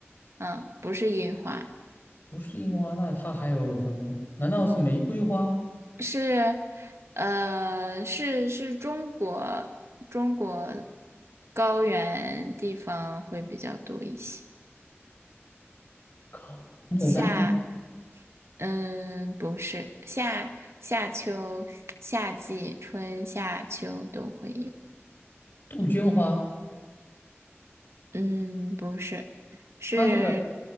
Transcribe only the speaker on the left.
不是樱花，那它还有粉，难道是玫瑰花、
靠，牡丹吗？
杜鹃花？
它这个，